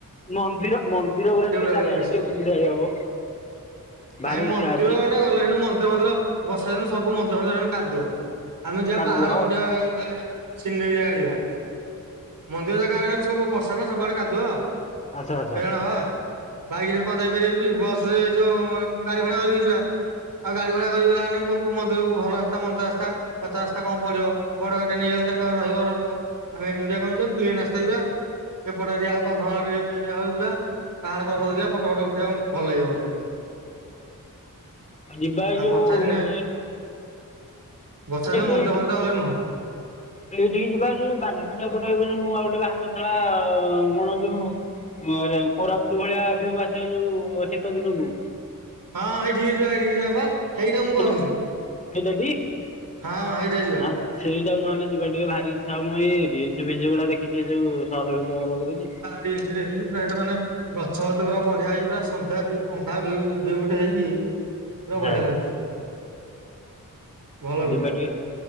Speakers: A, on the left (about 20°); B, on the right (about 80°).
A: ମନ୍ଦିର ମନ୍ଦିରଗୁଡା ଟିକେ
B: <unintelligible> ଶ୍ରୀମନ୍ଦିର
A: ଚାରିଆଡେ ଟିକେ ବୁଲିକି ଆଇ ହବ। ଭାରି ଇଚ୍ଛା ଅଛି
B: ବର୍ଷା ଦିନ ସବୁ ମନ୍ଦିର ଫନ୍ଦିର କାଦୁଅ ଆମେ ଯିବା
A: କାଦୁଅ
B: ପାହାଡ ମୁଡିଆ ଏଇଭଳିଆ ସିନେରୀ ଜାଗା ଯିବା। ମନ୍ଦିର ଜାଗା ହେରିକା ସବୁ ବର୍ଷା ନା ସବୁଆଡେ କାଦୁଅ
A: ଆଚ୍ଛା ଆଚ୍ଛା।
B: ହଇରାଣ ହବା। ବାଇକରେ କଣ ଯାଇପାରିବି ବସ୍ ରେ ଯୋଉ ମୁଁ ଗାଡି ଭଡା କରିକି ଯିବା। ଆଉ ଗାଡି ଭଡା କରିଗଲାନି କୁ ମନ୍ଦିରକୁ ଭଲ ରାସ୍ତା ମନ୍ଦ ରାସ୍ତା। ପଚା ରାସ୍ତା କଣ ପଡିବ ବଡ ଗାଡି ନେଇଗଲେ କଣ ରହିବ ରହିବ ଆମେ ଏମିତିଆ କଣ ଯିବା ପ୍ଲେନ୍ ରାସ୍ତାରେ ଯିବା। ଏପଟ ଏରିଆ ହଉ କନ୍ଧମାଳ ଏରିଆ ଏରି ହଉଛି ପା ପାହାଡ ପର୍ବତକୁ ଯିବା ଫଟୋ ଫଟୋ ଉଠେଇିବା ଭଲ ଲାଗିବ ଗୋଟେ
A: ଯିବା ଏ
B: ଆଉ
A: ଯୋଉ
B: ବର୍ଷା ଦିନେ
A: ଏଇଠି
B: ବର୍ଷା ଦିନ ମନ୍ଦିର
A: ଏଇ
B: ଫନ୍ଦିର ଗଲେ ନୁହଁ।
A: ଏଇଠିକି ଯିବା ଯୋଉ ବାଲିବୁଲା ପଣ୍ଡା ଗୋଟେ ଏବେ ଯୋଉ ନୂଆ ଗୋଟେ ବାହାରି ନଥିଲା କଣ ଯୋଉ ହଁ ରେ କୋରାପୁଟ ଭଳିଆ ଭ୍ୟୁ ଆସେ ଯୋଉ ଶୀତ ଦିନକୁ।
B: ହଁ ଏଇଠି ଯିବା ଏଇଠିକି ଯିବା ପା। ହେଇଟା ମୁଁ
A: ସେଇଟା
B: କହୁଥିଲି
A: ସେଇଟା ଟି?
B: ହଁ ହେଇଟାରେ ଯିବା।
A: ହଁ ସେଇଟାକୁ ନହେଲେ ଯିବା ଟିକେ ଭାରି ଇଚ୍ଛା ହୁଏ ମୁଁ ରିଲ୍ସ ଫିଲ୍ସ ଗୁଡା ଦେଖିଛି ଯୋଉ ସଟ୍ ଭିଡିଓ ରା ଗୁରା ଦେଖିଚି।
B: ରିଲସ୍ ଦେଖିକି ପୁରା ହେଟା ମାନେ ଗଛ ପତ୍ର ପୁରା ବଢିଆ ହେଇଛି ପୁରା ସନ୍ଧ୍ୟା ଭି ଅନ୍ଧା ଭିୟୁ ଭିୟୁଟେ ହେଇକି ପୁରା
A: ଆଚ୍ଛା
B: ବଢିଆ
A: ଆଚ୍ଛା
B: ଲାଗୁଛି। ଭଲ
A: ଆ
B: ଭିଉ
A: ଯିବାଟିକେ
B: ଟା।